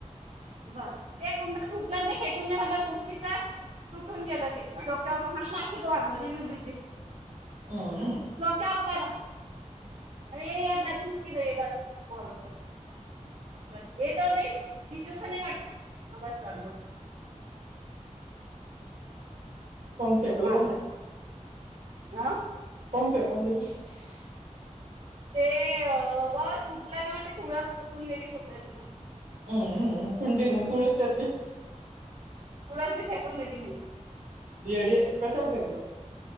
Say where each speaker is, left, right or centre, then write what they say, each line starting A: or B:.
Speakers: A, on the right (about 60°); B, on the right (about 75°).
A: बर ते कुंडटल्या पु्य म्हधलं तुळशीच तुटून गेलं ते शोक हा ना तो आांधली मी बिजी
B: हम्म
A: लोक्या आपला अरे आ बाजू मुक देऊे बस को बस ए त नाही बिजूस नाही वाट बस वा
B: कोम फेकलो
A: हां
B: मा
A: ब हा
B: कोण पि कोण दिला
A: <unintelligible> ते ब तुटलं ना म ती तथुळस तटून गेली खुट तिथ
B: हम्म कुंडी मग तुळसतत नाही
A: मुडंी फेकून दिली म्हणली
B: डी कशाला फेकलं